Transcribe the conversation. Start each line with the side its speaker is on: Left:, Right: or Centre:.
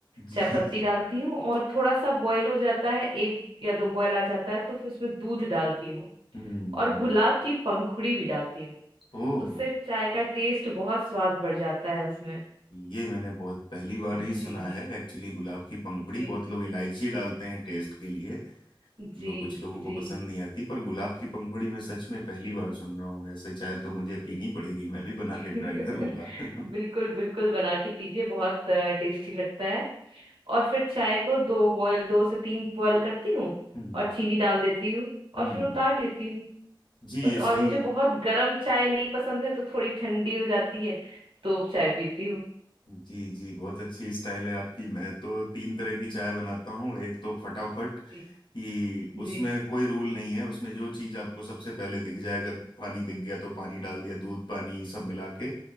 Left: जी
Right: चाय पत्ती
Left: जी
Right: डालती हूँ और थोड़ा सा बॉयल हो जाता है एक या दो बॉयल आ जाता है तो फिर उसमें दूध डालती हूँ
Left: हम्म
Right: और
Left: हम्म
Right: गुलाब की पंखुड़ी भी डालती हूँ
Left: ओह
Right: उससे चाय का टेस्ट बहुत स्वाद बढ़ जाता है उसमें
Left: ये मैंने बहुत पहली बार ही
Right: जी
Left: सुना है एक्चुअली गुलाब की पंखुड़ी
Right: जी
Left: बहुत लोग इलायची डालते हैं टेस्ट के लिए
Right: जी
Left: जो कुछ लोगों को
Right: जी
Left: पसंद नहीं आती पर गुलाब की पंखुड़ी मैं सच में पहली बार सुन रहा हूँ ऐसे चाहे तो मुझे
Right: जी
Left: पीनी पड़ेगी मैं भी बना के
Right: <laughs>
Left: ट्राई करूंगा <laughs>
Right: बिल्कुल बिल्कुल बना के पीजिए बहुत टेस्टी लगता है और फिर चाय को दो बॉयल दो से तीन बॉयल करती हूँ
Left: हम्म
Right: और चीनी डाल देती हूँ
Left: हम्म
Right: और फिर उतार लेती हूँ
Left: जी
Right: बस
Left: ये
Right: और
Left: सही
Right: मुझे बहुत गर्म चाय नहीं पसंद है तो थोड़ी ठंडी हो जाती है तो चाय पीती हूँ
Left: जी जी बहुत अच्छी स्टाइल है आपकी मैं तो तीन तरह की चाय बनाता हूँ एक तो फटाफट कि
Right: जी
Left: उसमें
Right: जी
Left: कोई रूल नहीं है उसमें जो चीज़ आपको सबसे पहले दिख जाए अगर पानी दिख गया तो पानी डाल दिया दूध पानी सब मिला के